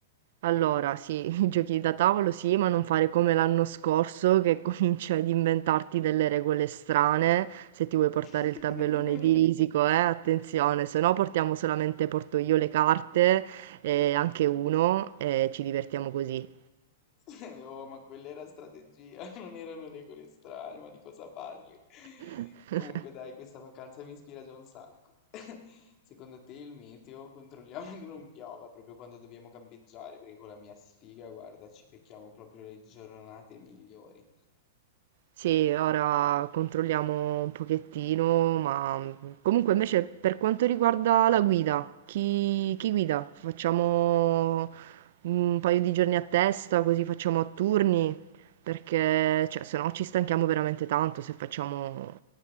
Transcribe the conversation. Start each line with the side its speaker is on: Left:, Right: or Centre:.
Right: Allora sì, <laughs> i giochi da tavolo sì, ma non fare come l'anno scorso che <laughs> cominci ad inventarti delle regole strane, se ti vuoi portare
Left: <laughs>
Right: il tabellone di risico, eh, attenzione, se no portiamo solamente, porto io le carte, e anche uno, e ci divertiamo così.
Left: <laughs> Oh, ma quella era strategia, <laughs> non erano regole strane, ma di cosa parli?
Right: <laughs>
Left: Comunque dai, questa vacanza mi ispira già un sacco. <laughs> Secondo te il meteo? Controlliamo che non piova proprio quando dobbiamo campeggiare, perché con la mia sfiga, guarda, ci becchiamo proprio le giornate migliori.
Right: Sì, ora controlliamo un pochettino, ma mhmm, comunque invece per quanto riguarda la guida, chi chi guida? Facciamo un paio di giorni a testa, così facciamo a turni, perché cioè se no ci stanchiamo veramente tanto se facciamo